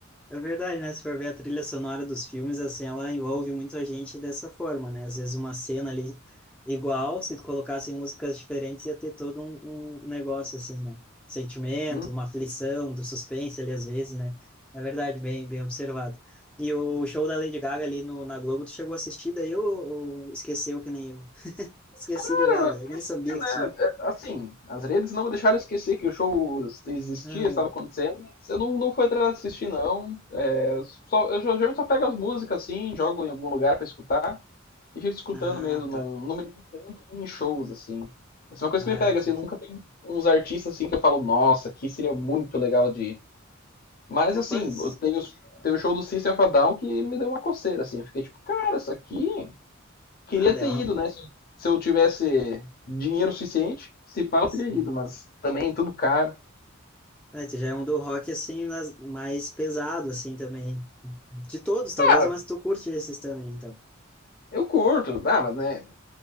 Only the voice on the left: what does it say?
Hum.
Cara,
eu
esqueci,
né?
É, Assim, as redes não me deixaram esquecer que o show existia,
estava acontecendo, mas eu não, não fui atrás de assistir, não. É, só, eu geralmente só pego as músicas, assim, jogo em algum lugar pra escutar. E fico escutando
mesmo, não,
não me ligo tanto em shows, assim. Essa é uma coisa
que me pega,
assim, nunca tem uns artistas assim que eu falo, nossa, que seria muito legal de ir. Mas
assim, eu teve, os- teve o show do System of a Down que me deu uma coceira, assim. Eu Fiquei tipo, cara, isso aqui queria
ter
ido, né? Se, se eu tivesse dinheiro suficiente, se pá, eu teria
ido, mas também tudo caro.
Ah,
eu curto, dá mas né,